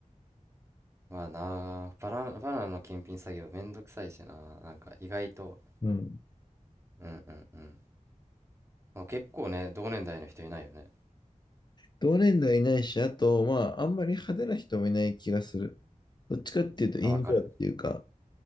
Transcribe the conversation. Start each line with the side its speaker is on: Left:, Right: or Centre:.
Right: はなあ、バナナ、バナナの検品作業めんどくさいしな。なんか意外と、
Left: うん。
Right: うんうんうん。まあ結構ね、同年代の人いないよね。
Left: 同年代いないし、あと、まあ、あんまり派手な人もいない気がする。どっちかっていうと、
Right: あ、
Left: インドアっていうか、
Right: わかる。